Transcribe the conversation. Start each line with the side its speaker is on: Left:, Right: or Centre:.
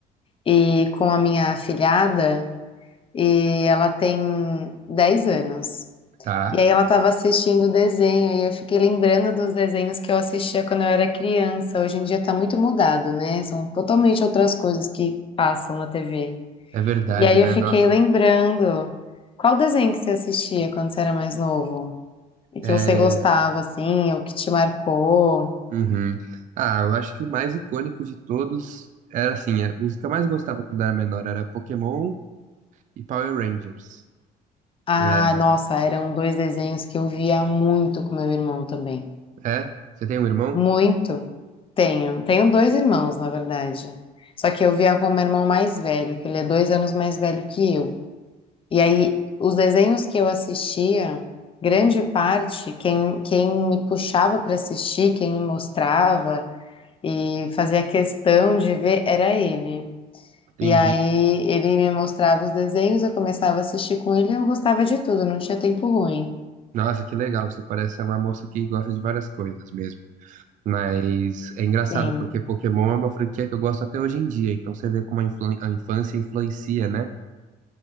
Left: e com a minha afilhada e ela tem 10 anos.
Right: Tá?
Left: E aí ela estava assistindo o desenho e eu fiquei lembrando dos desenhos que eu assistia quando eu era criança. Hoje em dia tá muito mudado, né? São totalmente outras coisas que passam na TV.
Right: É verdade,
Left: E aí
Right: né?
Left: eu fiquei
Right: Nossa.
Left: lembrando. Qual desenho que você assistia quando você era mais novo? E que
Right: É...
Left: você gostava, assim, ou que te marcou?
Right: uhum. Ah, eu acho que o mais icônico de todos era assim, é, os que eu mais gostava quando era menor era Pokémon e Power Rangers.
Left: Ah,
Right: É,
Left: nossa, eram dois desenhos que eu via muito com meu irmão também.
Right: é? Você tem um irmão?
Left: Muito. Tenho. Tenho dois irmãos, na verdade. Só que eu via com o meu irmão mais velho, que ele é dois anos mais velho que eu. E aí, os desenhos que eu assistia, grande parte, quem, quem me puxava para assistir, quem me mostrava e fazia questão de ver era ele.
Right: Entendi.
Left: E aí, ele me mostrava os desenhos, eu começava a assistir com ele e eu gostava de tudo, não tinha tempo ruim.
Right: Nossa, que legal. Você parece ser uma moça que gosta de várias coisas mesmo. Mas é engraçado,
Left: Sim,
Right: porque Pokémon é uma franquia que eu gosto até hoje em dia. Então você vê como a, influ- a infância influencia, né?